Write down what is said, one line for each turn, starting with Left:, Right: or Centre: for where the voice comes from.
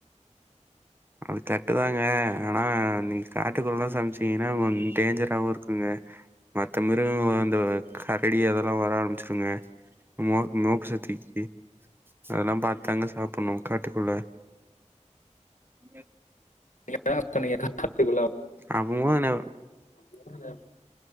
Right: அது கரெக்ட் தாங்க ஆனா நீங்க காட்டுக்குள்ளலா சமைச்சீங்கன்னா கொஞ் டேஞ்சராவு இருக்குங்க மத்த மிரு மிருகோ அந்த கரடி அதெல்லா வர ஆரம்பிச்சிருங்க மோ மோப் சக்திக்கு அதெல்லா பாத்தாங்க சாப்புட்ணு காட்டுக்குள்ள இங்க
Left: நீங்கதா சொன்னீங்க காட்டுக்குள்ளோ
Right: அப்றமா நா
Left: <unintelligible>